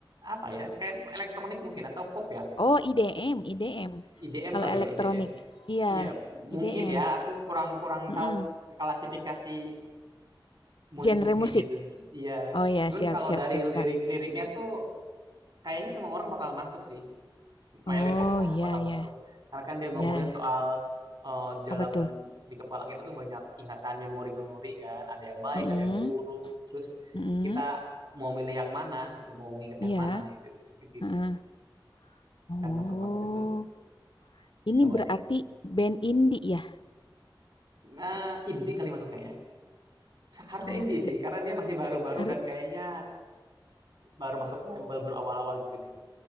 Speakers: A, on the right; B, on the left.
A: apa ya? Kayak elektronik mungkin atau pop ya?
B: Oh, IDM, IDM.
A: IDM
B: Kalau
A: kali
B: elektronik.
A: ya, IDM.
B: Iya,
A: Iya,
B: IDM.
A: mungkin ya. Aku kurang-kurang
B: Mm-mm.
A: tahu klasifikasi musik
B: Genre
A: musiknya
B: musik.
A: gitu. Iya.
B: Oh ya,
A: Cuman
B: siap,
A: kalau
B: siap,
A: dari
B: siap,
A: lirik-liriknya
B: Kak.
A: tuh kayaknya semua orang bakal masuk sih.
B: Oh
A: mayoritas lah
B: ya,
A: bakal
B: ya,
A: masuk. Karena kan dia ngomongin
B: ya.
A: soal eh, di dalam
B: Apa tuh?
A: di kepala kita tuh banyak ingatan memori-memori kan, ada yang baik,
B: Mm-mm.
A: ada yang buruk. Terus
B: Mm-mm.
A: kita mau milih yang mana gitu, mau nginget
B: Iya.
A: yang mana gitu, gitu gitulah.
B: mm Oh,
A: Kan masuk banget itu.
B: ini
A: Coba
B: berarti
A: deh.
B: band indie ya?
A: Nah, indie kali masuknya ya. Harusnya
B: Oh,
A: indie sih,
B: da-
A: karena dia masih baru-baru
B: harus.
A: dan kayaknya baru masuk label baru awal-awal gitu deh.